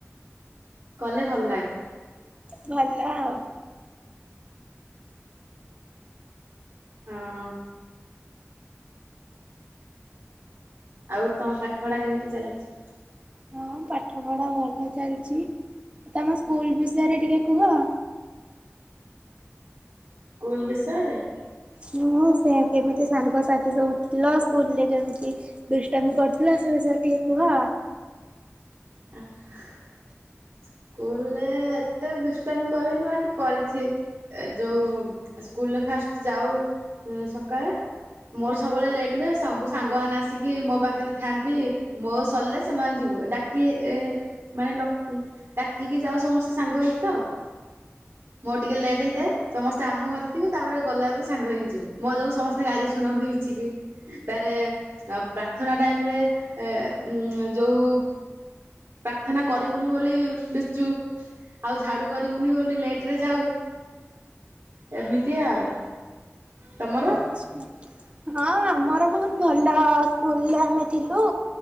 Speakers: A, on the right (about 60°); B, on the right (about 25°).
A: କଲେ ଭଲ ଲାଗେ।
B: ଭଲ ଆଉ
A: ହଁ ଆଉ ତମ ପାଠ ପଢା କେମିତି ଚାଲିଛି?
B: ହଁ ପାଠ ପଢା ଭଲ ଚାଲିଛି ତମ ସ୍କୁଲ ବିଷୟରେ ଟିକେ କୁହ?
A: ସ୍କୁଲ ବିଷୟରେ?
B: ହୁଁ ସେ କେମିତି ସାଙ୍ଗ ସାଥି ସବୁ ଥିଲ ସ୍କୁଲ ରେ କେମତି ଦୁଷ୍ଟାମି କରୁଥିଲ ସେ ବିଷୟରେ ଟିକେ କୁହ।
A: ଆଛା ସ୍କୁଲରେ ଏତେ ବ୍ୟସ୍ତମ କରେନି ବାକି କରିଛି ଯୋଉ ସ୍କୁଲରେ ଫାଷ୍ଟ ଯାଉ ସକାଳେ ମୋର ସବୁବେଳେ ଲେଟ୍ ହୁଏ ସବୁ ସାଙ୍ଗମାନୋନ ଆସିକି ମୋ ପାଖରେ ଥାଆନ୍ତି ମୋ ସରିଲେ ସେମାନେ ଯିବୁ ଡାକି ଏ ମାନେ ଡାକିକି ଯାଉ ସମସ୍ତେ ସାଙ୍ଗ ହେଇକି ତ ମୋର ଟିକେ ଲେଟ୍ ହେଇଯାଏ ସମସ୍ତେ ଆମ ଘରେ ଥିବେ ତାପରେ ଗଲା ବେଳକୁ ସାଙ୍ଗ ହେଇକି ଯିବୁ ମୋ ଯୋଗୁ ସମସ୍ତେ ଗାଳି ଶୁଣନ୍ତି ମିଚିକି ତାରେ ପ୍ରାର୍ଥନା ଟାଇମ ରେ ଉ ଯୋଉ ପ୍ରାର୍ଥନା କରିବୁନି ବୋଲି ଦଚୁ ଆଉ ଝାଡୁ କରିବୁନି ବୋଲି ଲେଟ ରେ ଯାଉ ଏମିତି ଆଉ ତମର
B: ଆଛା ହଁ ଆମର ବହୁତ ଭଲ ସ୍କୁଲରେ ଆମେ ଥିଲୁ